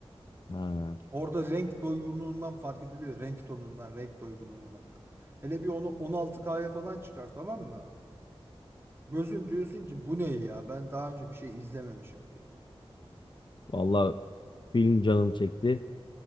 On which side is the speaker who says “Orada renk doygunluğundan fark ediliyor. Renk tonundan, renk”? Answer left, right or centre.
Right